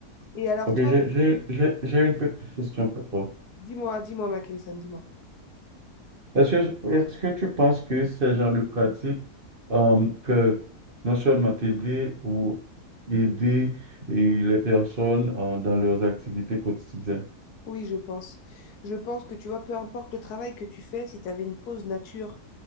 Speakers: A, on the left; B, on the right.
A: Et alors
B: Ok,
A: toi,
B: j'ai j'ai- j'ai- j'ai une petite question pour toi.
A: dis-moi, dis-moi, Mackinson, dis-moi.
B: Est-ce que, est-ce que tu penses que ces genres de pratiques euh, peuvent non seulement t'aider ou aider et les personnes euh, dans leurs activités quotidiennes?
A: Oui, je pense. Je pense que tu vois, peu importe le travail que tu fais, si tu avais une pause nature